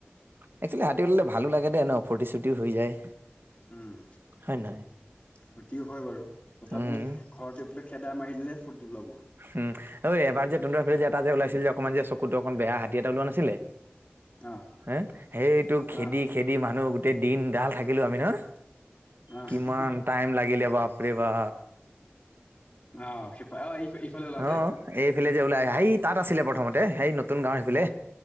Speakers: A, on the right; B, on the left.
A: একচোৱেলি হাতী উলালে ভালো লাগে দে ন ফূৰ্তি চূৰ্তি হৈ যায়।
B: উম।
A: হয় নহয়?
B: ফুৰ্তিও হয় বাৰু তথাপিও
A: উম,
B: ঘৰত এফালে খেদা মাৰি দিলেহে ফূৰ্তি ওলাব।
A: উম, ঐ এবাৰ যে তহতৰ ফালে যে এটা যে ওলাইছিল যে অকমান যে চ কুতো অকণ বেয়া হাতী এটা ওলোৱা নাছিলে
B: অ
A: হে, সেইটো খেদি-
B: অ
A: খেদি মানুহ দিনদাল থাকিলো আমি নহয়,
B: অ
A: কিমান টাইম লাগিলে বা পৰে বা।
B: অ' <unintelligible> ওলাওতে
A: অ' এইফালে যে ওলাই সেই তাত আছিলে প্ৰথমতে সেই নতুন গাওৰ সেইফালে।